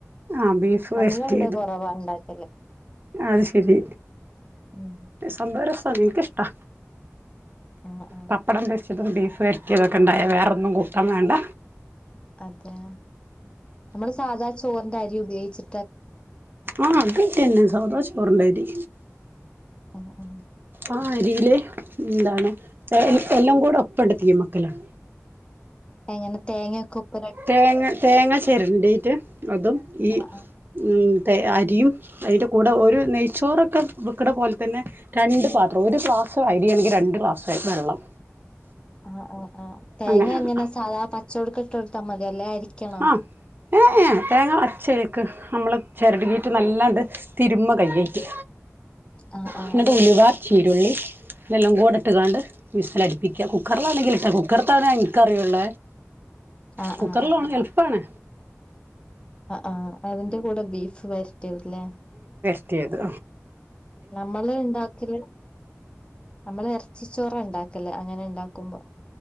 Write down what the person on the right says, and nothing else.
ആഹ് ബീഫ്
വരട്ടിയതും
അത് ശരി
സംമ്പരസാ നിക്ക്ഷ്ടാ
പപ്പടം വച്ചതും ബീഫ് വരറ്റിയതൊക്കെ ഇണ്ടായ വേറെന്നും കൂട്ടാൻ വേണ്ട
ആഹ അതട്ടന്നെ സദ ചോറണ്ടായിത്.
ആ അരിയിലെ എന്താണ് എല്ലാം കൂടെ ഒപ്പണ്ടത്തി മക്കലാണ്.
തേങ്ങ തേങ്ങ ചരണ്ടിട്ട് അതും ഈ
ഉ അരിയും അതിൻ്റെ കൂടെ ഒരു നെയ്ച്ചോറൊക്കെ വിൽക്കുന്ന പോലെ തന്നെ രണ്ട് പാത്രം ഒരു ഫ്ലാസ് <unintelligible> എണക്ക് രണ്ട് ഗ്ലാസ് വെള്ളം.
അങ്ങനെയാണ്
ആഹ് ഏ ഏ തേങ്ങ അച്ചയക്ക് നമ്മൾ ചിരുകിയിട്ട് നല്ലാണ്ട് തിരുമ്മ കയിട്ട്
പിന്നട്ട
ഉലവാ ചീരുള്ളി ഇതെല്ലാം കൂടെ ഇട്ട് കാണ്ട് വിസ്സിലടിപ്പിക്ക കുക്കറിലാണെങ്കിൽ ഇട്ട കുക്കറത്താണ് കറിയുള്ള
കു
എത്രള്ളമാണ് എളുപ്പാണ്
ത്തെത്